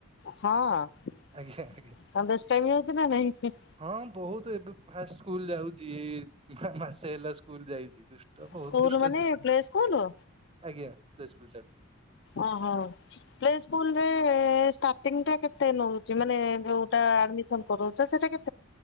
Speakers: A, on the left; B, on the right.
A: ହଁ <unintelligible>
B: ଆଜ୍ଞା ଆଜ୍ଞା।
A: ଟାଇମ ହେଇଛି ନା ନାଇଁ
B: ହଁ ବହୁତ ଏବେ ଫାଷ୍ଟ ସ୍କୁଲ ଯାଉଛି ଏଇ ମାସେ ହେଲା ସ୍କୁଲ ଯାଇଚି। ଦୁଷ୍ଟ ବହୁତ
A: ସ୍କୁଲ
B: ଦୁଷ୍ଟ
A: ମାନେ
B: ସେ
A: ପ୍ଲେ ସ୍କୁଲ?
B: ଆଜ୍ଞା ପ୍ଲେ ସ୍କୁଲ ଛାଡ଼ି
A: ଓହୋ ପ୍ଲେ ସ୍କୁଲରେ ଷ୍ଟାର୍ଟିଂଟା କେତେ ନଉଛି ମାନେ ଯୋଉଟା ଆଡ଼ମିଶନ କରଉଚ ସେଟା କେ